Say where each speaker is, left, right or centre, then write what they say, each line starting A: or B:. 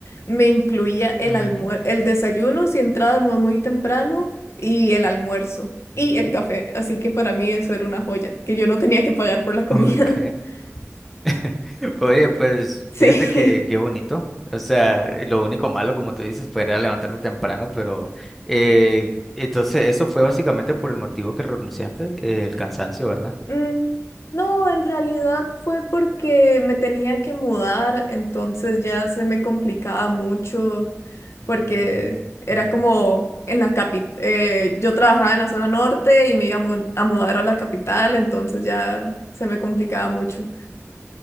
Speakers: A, on the left (about 65°); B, in the centre.
A: me incluía el
B: Ujú,
A: almuer- el desayuno si entrábamos muy temprano y el almuerzo y
B: ujú.
A: el café. Así que para mí eso era una joya, que yo no tenía que pagar por la comida.
B: Ok.
A: <laughs>
B: <laughs> Oye, pues
A: Sí.
B: fíjate que qué bonito. O sea, lo único malo, como tú dices, fue era levantarte temprano, pero eh, entonces eso fue básicamente por el motivo que renunciaste, eh, el cansancio, ¿verdad?
A: Mm, No, en realidad fue porque me tenía que mudar, entonces ya se me complicaba mucho porque
B: Mm,
A: era
B: ujú.
A: como en la capital. yo trabajaba en la zona norte y me iba a, mu- a mudar a la capital, entonces ya se me complicaba mucho.